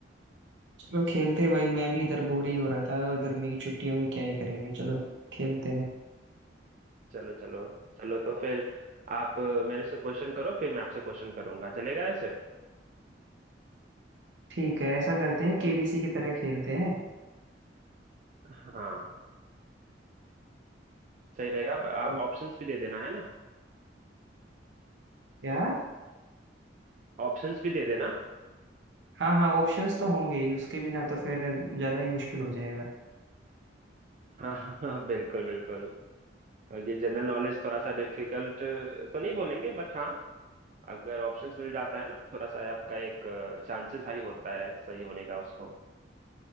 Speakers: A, on the right (about 75°); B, on the right (about 40°).
A: चलो खेलते हैं भाई मैं भी इधर बोर ही हो रहा था और गर्मी की छुट्टियों में क्या ही करेंगे चलो खेलते हैं
B: चलो चलो चलो तो फिर आप अ, मेरे से क्वेश्चन करो फिर मैं आपसे क्वेश्चन करूंगा चलेगा ऐसे
A: ठीक है ऐसा करते हैं केबीसी की तरह खेलते हैं
B: हाँ सही रहेगा ब-
A: और
B: आप ऑप्शंस भी दे देना है ना
A: क्या
B: ऑप्शंस भी दे देना
A: हाँ हाँ ऑप्शंस तो होंगे ही उसके बिना तो फिर ज्यादा ही मुश्किल हो जाएगा
B: हाँ हाँ हाँ, बिल्कुल बिल्कुल और ये जनरल नॉलेज थोड़ा सा डिफिकल्ट तो नहीं बोलेंगे बट हाँ अगर ऑप्शंस मिल जाता है ना थोड़ा सा आपका एक चांसेस हाई होता है सही होने का उसको